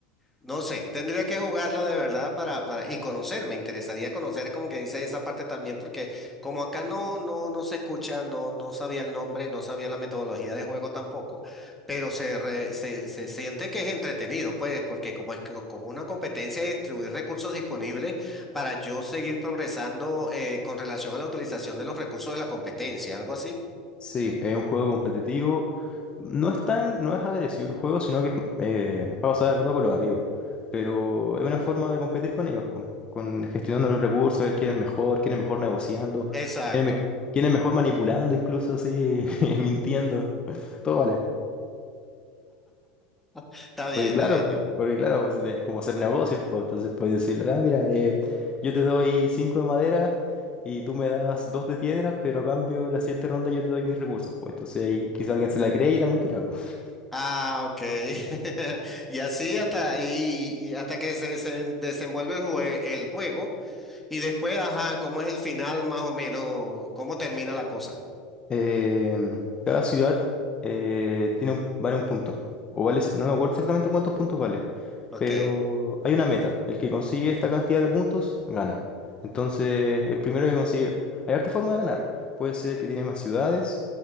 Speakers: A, in the centre; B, on the left.
A: No sé, tendría que jugarlo de verdad para, para, y conocer, me interesaría conocer como que dice esa parte también, porque como acá no, no, no se escucha, no, no sabía el nombre, no sabía la metodología de juego tampoco, pero se, re- se, se siente que es entretenido, pues, porque como es que- como una competencia de distribuir recursos disponibles para yo seguir progresando eh, con relación a la utilización de los recursos de la competencia, algo así.
B: Sí, es un juego competitivo. No es tan, no es agresivo el juego, sino que es eh, es para pasar el rato con los amigos. Pero es una forma de competir con ellos, po, con gestionando los recursos, ver quién es mejor, quién es mejor negociando,
A: Exacto.
B: quién es, me- quién es mejor manipulando, incluso así, <laughs> mintiendo. Todo vale.
A: Está bien,
B: Porque claro,
A: está bien. está
B: po,
A: bien.
B: porque claro, pues, es como hacer negocios, pues entonces puedes decirle, ah, mira, eh, yo te doy cinco de madera y tú me das dos de piedra, pero a cambio la siguiente ronda yo te doy mis recursos, pues entonces ahí quizá alguien se la cree y era mentira, pues.
A: Ah, ok. <laughs> Y así hasta, y, y hasta que se desen- desenvuelve el, jue- el juego y después, ajá, ¿cómo es el final más o menos? ¿Cómo termina la cosa?
B: Em, cada ciudad eh, tiene un, vale un punto, o vale, ci- no me acuerdo exactamente cuántos puntos vale,
A: Ok,
B: pero hay una meta. El que consigue esta cantidad de puntos, gana. Entonces, el primero que consigue... Hay harta forma de ganar. Puede ser el que tiene más ciudades,